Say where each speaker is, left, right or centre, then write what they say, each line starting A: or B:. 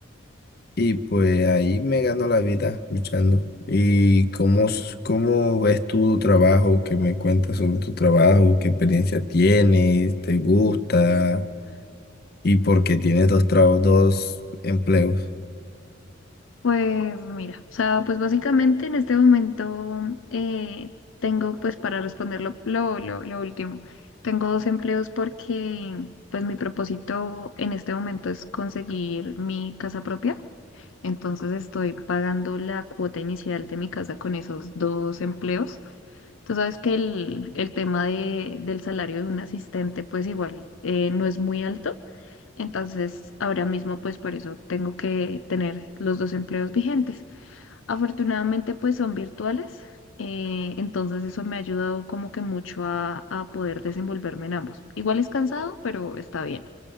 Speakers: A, on the left (about 50°); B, on the left (about 75°).
A: y pues ahí me gano la vida luchando. ¿Y cómo, s- cómo ves tú tu trabajo? ¿Qué me cuentas sobre tu trabajo? ¿Qué experiencia tienes? ¿Te gusta? y porque tienes dos trabajos, dos empleos.
B: Pues mira, o sea, pues básicamente en este momento eh, tengo, pues para responder lo, lo, lo- lo último, tengo dos empleos porque pues mi propósito en este momento es conseguir mi casa propia, entonces estoy pagando la cuota inicial de mi casa con esos dos empleos. Tú sabes que el, el tema de, del salario de un asistente pues igual eh, no es muy alto, entonces ahora mismo pues por eso tengo que tener los dos empleos vigentes. Afortunadamente, pues son virtuales, eh, entonces eso me ha ayudado como que mucho a, a poder desenvolverme en ambos. Igual es cansado, pero está bien.